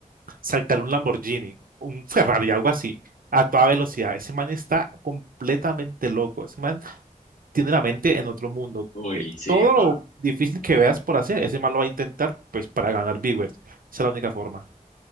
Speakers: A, on the right; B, on the left.
A: saltar un Lamborghini, un Ferrari, algo así, a toda velocidad. Ese man está completamente loco. Ese man tiene la mente en otro mundo.
B: Uy,
A: Eh,
B: sí,
A: todo lo
B: va.
A: difícil que veas por hacer, ese man lo va a intentar pues para ganar viewers. Esa es la única forma.